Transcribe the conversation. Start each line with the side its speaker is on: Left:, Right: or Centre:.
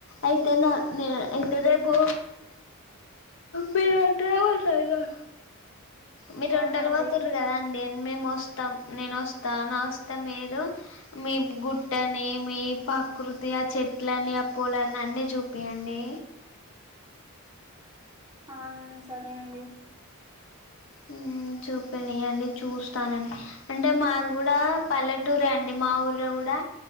Left: అయితే నా నే అయితే రేపు మీరు వంటలు పోతారు కద మీరు
Right: అవునండి
Left: వంటలు పోతుర్రు కదా అన్ మేము వస్తాం నేను వస్తా న వస్తే మీరు మీ గుట్టని మీ ప్రకృతి ఆ చెట్లని ఆ పొలాలని అన్నీ చూపియ్యండి
Right: ఆ సరే అండి
Left: హ్మ్ చూపినీయండీ చూస్తానండి అంటే మాది కూడా పల్లెటూరే అండి మా ఊర్లో కూడా